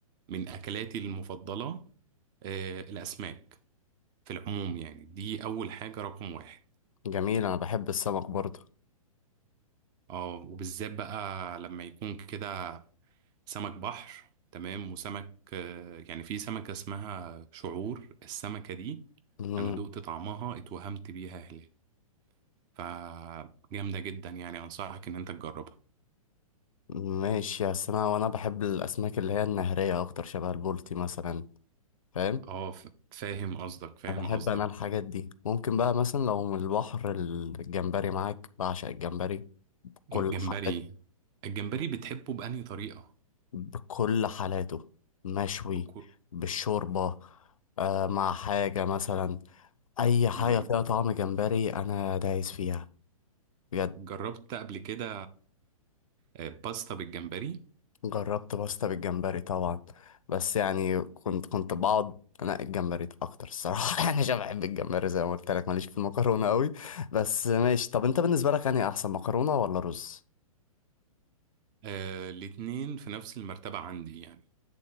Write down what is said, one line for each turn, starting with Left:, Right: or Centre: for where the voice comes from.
Right: من اكلاتي المفضله آه، الاسماك في العموم يعني دي اول حاجه رقم واحد
Left: جميل أنا بحب السمك برضه
Right: اه وبالذات بقى لما يكون كده سمك بحر تمام وسمك آه، يعني في سمكة اسمها شعور السمكة دي
Left: مم.
Right: أنا دقت طعمها اتوهمت بيها هلال فجامدة جدا يعني أنصحك إن أنت تجربها
Left: ماشي يا أنا وأنا بحب الأسماك اللي هي النهرية أكتر شبه البولتي مثلا فاهم؟
Right: اه ف- فاهم قصدك فاهم
Left: أنا بحب
Right: قصدك
Left: أنا الحاجات دي ممكن بقى مثلا لو من البحر الجمبري معاك بعشق الجمبري بكل
Right: الجمبري
Left: حالات
Right: الجمبري بتحبه بأنهي طريقة؟
Left: بكل حالاته مشوي
Right: بكو...
Left: بالشوربة آه مع حاجة مثلا أي حاجة
Right: مم.
Left: فيها طعم جمبري أنا دايس فيها بجد
Right: جربت قبل كده آه، باستا بالجمبري
Left: جربت باستا بالجمبري طبعا بس يعني كنت كنت بقعد انقي الجمبري اكتر الصراحه <laughs> يعني عشان بحب الجمبري زي ما قلت لك ماليش في المكرونه قوي بس ماشي طب انت بالنسبه لك انهي احسن مكرونه ولا رز
Right: آه، الاتنين في نفس المرتبة عندي يعني